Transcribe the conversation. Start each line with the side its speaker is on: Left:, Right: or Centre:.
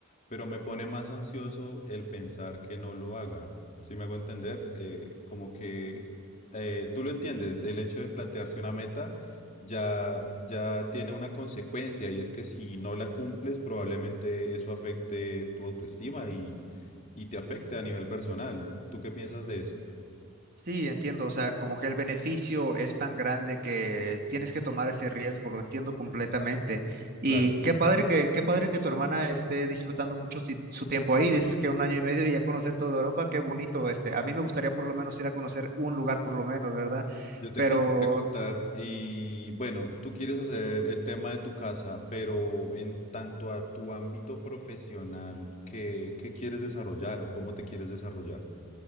Left: pero me pone más ansioso el pensar que no lo haga. Si me hago entender, Eh, como que eh, tú lo entiendes, el hecho de plantearse una meta ya, ya tiene una consecuencia y es que si no la cumples, probablemente eso afecte tu autoestima y te afecta a nivel personal. ¿Tú qué piensas de eso?
Right: Sí, entiendo, o sea, como que el beneficio es tan grande que tienes que tomar ese riesgo, lo entiendo completamente. Y
Left: Claro,
Right: qué padre que, qué padre que tu hermana esté disfrutando mucho si- su tiempo ahí. Dices que un año y medio y ya conocer toda Europa, qué bonito, este. A mí me gustaría por lo menos ir a conocer un lugar por lo menos, ¿verdad? Mm.
Left: yo te
Right: Pero
Left: quería preguntar, y bueno, tú quieres hacer el tema de tu casa, pero en tanto a tu ámbito profesional, ¿qué, qué quieres desarrollar o cómo te quieres desarrollar?